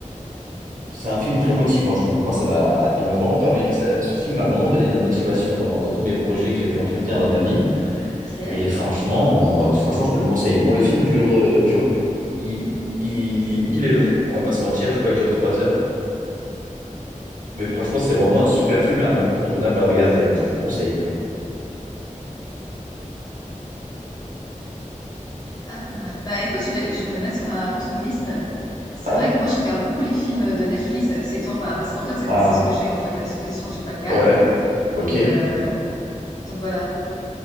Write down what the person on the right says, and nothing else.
C'est un film très motivant, je trouve. Moi, ça m'a, il m'a vraiment permis, ça- ce film m'a vraiment donné de la motivation dans, dans tous mes projets que j'ai pu entretenir dans ma vie.
Et franchement, euh, franchement, je te le conseille. Bon, le film dure, euh, dure, il, il, il est long, on va pas se mentir. Je crois qu'il dure trois heures. Mais franchement, c'est vraiment un super film et un incontournable à regarder. hein, je te le conseille.
Ah,
ah,
ouais, ok.